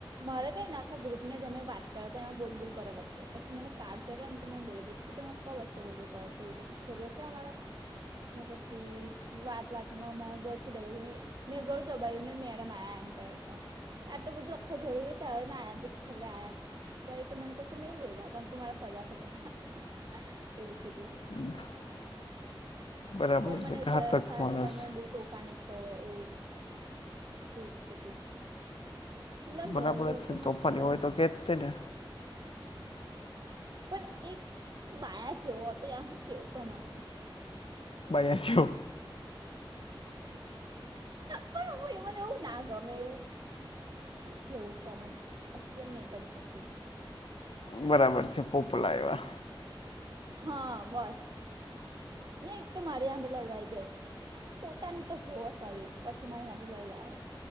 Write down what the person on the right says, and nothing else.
મારે કઈ ને આખા ગ્રુપને મેમે વાત કર્યા, એમાં બોલ બોલ કર વચે, પછી મને કાર ચ્યો ને તો મે બોલો કે તમે કઈ વચ્ચે બોલ બોલ કરો છો પછી ઝગડો થયો અમારો. પછી વાત વાતમાં <unintelligible> મેં ગળું દબાયું ને મેડમ આ્યા એન્ટર થયા આટલું બધું આખું જગાડો ગય ત ને આયા તોછી છેલ્લે આયા તોએ તો મને કશું નહી બોલ્યા, કારમ કે મારા સગા થ હતા એવું છે, તું
તોય મને
એવ
ખહે ખ
કે તમે બ તોફાની છો એવું, <inaudible> એટલે લડ
લડ
તો
મને
ખબર
નહિ
પણ એક બાયા જેવો હતો યાર હું કેવું તો મને.
પણ હું એમને એવું ના ગમે એવું. કેવું તમન એક્સપ્લેન નહી કરી શકતી.
હા બસ, ને એક તો મારે અહીંયા લડવાઈ જાય. પોતાની તો જોવ સોરી પછી મારે એને લડવા આવો.